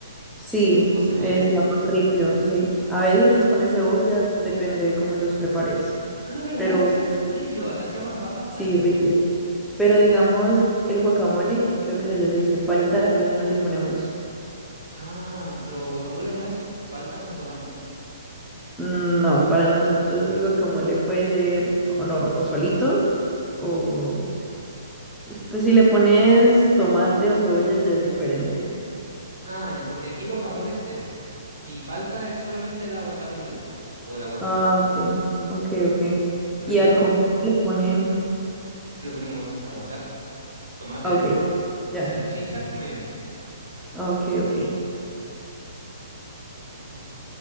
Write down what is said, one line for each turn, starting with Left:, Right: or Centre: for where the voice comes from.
Centre: Sí,
Right: O cebolla.
Centre: eh, se llama ripio, sí. A veces les pones cebolla, depende de cómo los prepares.
Right: Ah, ¿verdad?
Centre: Pero
Right: Que se llaman ripio. Acá se llaman papas
Centre: sí,
Right: al hilo.
Centre: ripio. Pero digamos, el guacamole, que creo que ya se dice palta, casi no le ponemos.
Right: Ah, pero guacamole no es palta con tomate.
Centre: No, para nosotros el guacamole puede ser o, nor- o solito, o pues si le pones tomate o cebolla ya es diferente.
Right: Ah, ya, porque aquí guacamole es eso. Y palta es solamente el aguacate molido. O el aguacate
Centre: Ah,
Right: en sí.
Centre: ok, ok, ok.
Right: Porque
Centre: Y
Right: aquí
Centre: al
Right: el com-
Centre: comer le ponen...
Right: si le ponemos aguacate, tomate,
Centre: Ok, ya.
Right: salchicha y mayonesa.
Centre: Ok, ok.
Right: <clears throat>